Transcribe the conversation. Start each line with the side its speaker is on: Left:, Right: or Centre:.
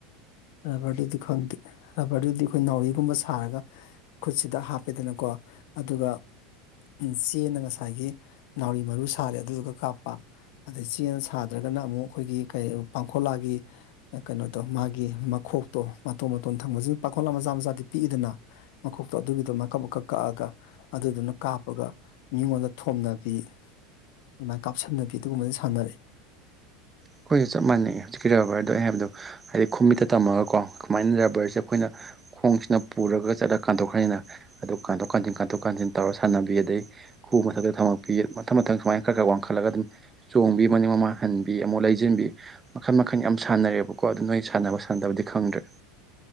Left: ꯔꯕꯔꯗꯨꯗꯤ ꯈꯪꯗꯦ ꯔꯕꯔꯗꯨꯗꯤ ꯑꯩꯈꯣꯏ ꯅꯥꯎꯔꯤꯒꯨꯝꯕ ꯁꯥꯔꯒ ꯈꯨꯠꯁꯤꯗ ꯍꯥꯞꯄꯦꯗꯅꯀꯣ ꯑꯗꯨꯒ ꯆꯦꯅ ꯉꯁꯥꯏꯒꯤ ꯅꯥꯎꯔꯤ ꯃꯔꯨ ꯁꯥꯔꯦ ꯑꯗꯨꯗꯨꯒ ꯀꯥꯞꯄ ꯑꯗꯩ ꯆꯦꯅ ꯁꯥꯗ꯭ꯔꯒꯅ ꯑꯃꯨꯛ ꯑꯩꯈꯣꯏꯒꯤ ꯀꯩ ꯄꯥꯡꯈꯣꯂꯥꯒꯤ ꯀꯩꯅꯣꯗꯣ ꯃꯥꯒꯤ ꯃꯈꯣꯛꯇꯣ ꯃꯇꯣꯟ ꯃꯇꯣꯟ ꯊꯪꯕꯁꯤꯡ ꯄꯥꯈꯠꯂ ꯃꯆꯥ ꯃꯆꯥꯗꯤ ꯄꯤꯛꯏꯗꯅ ꯃꯈꯣꯛꯇꯣ ꯑꯗꯨꯒꯤꯗꯣ ꯃꯀꯞ ꯃꯀꯛ ꯀꯛꯑꯒ ꯑꯗꯨꯗꯨꯅ ꯀꯥꯞꯄꯒ ꯃꯤꯉꯣꯟꯗ ꯊꯣꯝꯅꯕꯤ꯫ ꯑꯗꯨꯃꯥꯏꯅ ꯀꯥꯞꯁꯟꯅꯕꯤ ꯑꯗꯨꯒꯨꯝꯕꯗꯤ ꯁꯥꯟꯅꯔꯛꯏ
Right: ꯑꯩꯈꯣꯏꯁꯨ ꯆꯞ ꯃꯥꯟꯅꯩꯌꯦ ꯍꯧꯖꯤꯛꯀꯤ ꯔꯕꯔꯗꯣ ꯑꯩ ꯍꯥꯏꯕꯗꯣ ꯍꯥꯏꯗꯤ ꯈꯨꯨꯝꯃꯤꯠꯇ ꯇꯝꯃꯒꯀꯣ ꯁꯨꯃꯥꯏꯅ ꯔꯕꯔꯁꯦ ꯑꯩꯈꯣꯏꯅ ꯈꯣꯡꯁꯤꯅ ꯄꯨꯔꯒ ꯆꯠꯂ ꯀꯥꯟꯊꯣꯛꯈ꯭ꯔꯅꯤꯅ ꯑꯗꯨ ꯀꯥꯟꯊꯣꯛ ꯀꯥꯟꯁꯤꯟ ꯀꯥꯥꯟꯊꯣꯛ ꯀꯥꯟꯁꯤꯟ ꯇꯧꯔ ꯁꯥꯟꯅꯕꯤ ꯑꯗꯩ ꯈꯨ ꯃꯊꯛꯇ ꯊꯝꯃꯛꯄꯤ ꯃꯊꯪ ꯃꯊꯪ ꯁꯨꯃꯥꯏꯅ ꯈꯔ ꯈꯔ ꯋꯥꯡꯈꯠꯂꯒ ꯑꯗꯨꯝ ꯆꯣꯡꯕꯤ ꯃꯅꯤꯡ ꯃꯃꯥꯡ ꯍꯟꯕꯤ ꯑꯃꯨꯛ ꯂꯩꯖ ꯊꯤꯖꯤꯟꯕꯤ ꯃꯈꯜ ꯃꯈꯟ ꯌꯥꯝ ꯁꯥꯟꯅꯔꯦꯕꯀꯣ ꯑꯗꯨ ꯅꯣꯏ ꯁꯥꯟꯅꯕ ꯁꯥꯟꯗꯕꯗꯤ ꯈꯪꯗ꯭ꯔꯦ